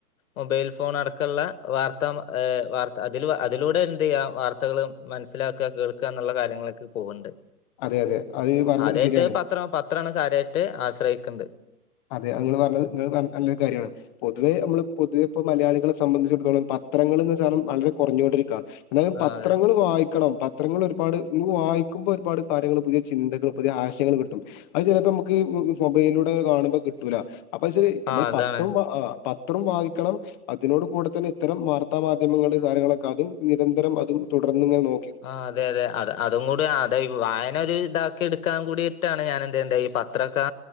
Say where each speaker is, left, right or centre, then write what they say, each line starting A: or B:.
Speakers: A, on the left; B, on the left.
A: മൊബൈൽ ഫോൺ അടക്കള്ള വാർത്ത ഏഹ് വാർത്ത അതിൽ അതിലൂടെ എന്തിയ്യ വാർത്തകൾ മനസ്സിലാക്ക കേൾക്കുക എന്നുള്ള കാര്യങ്ങളൊക്കെ പോകണ്ട്
B: അതെ അതെ അത് പറഞ്ഞത്
A: ആദ്യായിട്ട്
B: ശരിയാണ്
A: പത്രം പത്രമാണ് കാര്യയിട്ട് ആശ്രയിക്കണ്ട്
B: അതെ അത് നിങ്ങള് പറഞ്ഞത് നിങ്ങൾക്ക് പറഞ്ഞത് നല്ലൊരു കാര്യമാണ് പൊതുവേ നമ്മൾ പൊതുവെ ഇപ്പൊ മലയാളികളെ സംബന്ധിച്ചിടത്തോളം പത്രങ്ങൾന്ന് സാധനം വളരെ കുറഞ്ഞുകൊണ്ടിരിക്കാണ് ന്താലും പത്രങ്ങൾ
A: ആഹ് അതെ
B: വായിക്കണം പ ത്രങ്ങൾ ഒരുപാട് ന്നു വായിക്കുമ്പ ഒരുപാട് കാര്യങ്ങൾ പുതിയ ചിന്തകൾ പുതിയ ആശയങ്ങൾ കിട്ടും. അത് ചിലപ്പോ മ്മക്ക് ഫോബൈലൂടെ കാണുമ്പക് ട്ടൂല അപ്പച്ചാൽ നമ്മൾ
A: ആഹ് അതാണ്
B: പത്രും ആഹ് പ ത്രും വായിക്കണം. അതിനോട് കൂടെ തന്നെ ഇത്തരം വാർത്താ മാധ്യമങ്ങൾ കാര്യങ്ങളൊക്കെ അതും നിരന്തരം അതും തുടർന്ന്ങ്ങ നോ
A: ആഹ് അതെ അതെ അത് അതുംകൂടി ആ ദ ഈ വായന ഒര് താക്കിട്ക്കാൻ കൂടിട്ടാണ് ഞാനന്തയ്യണ്ടെ ഈ പത്രൊക്കെ.